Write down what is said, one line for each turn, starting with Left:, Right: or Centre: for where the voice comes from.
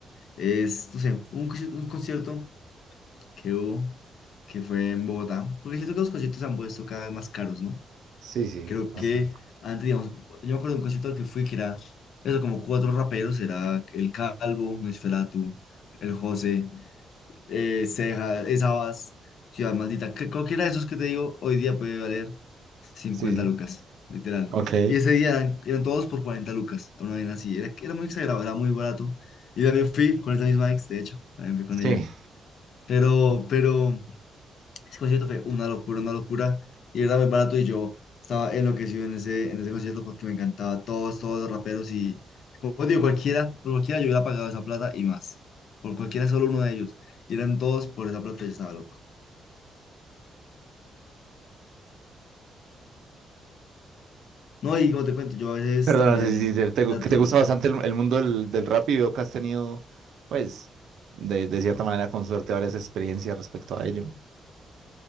Left: Es, no sé, un, conci- un concierto, que hubo, que fue en Bogotá. Porque siento que los conciertos se han puesto cada vez más caros, ¿no?
Right: Sí, sí,
Left: Creo
Right: bastante.
Left: que antes, digamos, yo me acuerdo de un concierto al que fui que era, eso, como cuatro raperos, era El Calvo, Nosferatu, El José, eh, Ceja, eh, Sabas, Ciudad Maldita, que cualquiera de esos que te digo, hoy día puede valer cincuenta
Right: Sí, sí.
Left: lucas, literal.
Right: Ok.
Left: Y ese día eran, eran todos por 40 lucas, una vaina así, era, era muy exagerado, era muy barato. Y también fui con esa misma ex, de hecho, también fui con
Right: Sí.
Left: ella. Pero, pero... Ese concierto fue una locura, una locura. Y era muy barato y yo estaba enloquecido en ese, en ese concierto porque me encantaba todos, todos los raperos y, como digo, cualquiera, por cualquiera yo hubiera pagado esa plata y más. Por cualquiera, solo uno de ellos. Y eran todos por esa plata, yo estaba loco. No, y como te cuento, yo a veces
Right: Perdona,
Left: también
Right: sí, sí, te, te
Left: trato
Right: gu- que te gusta
Left: de...
Right: bastante el, el mundo del, del rap y veo que has tenido, pues, de, de cierta manera, con suerte, varias experiencias respecto a ello.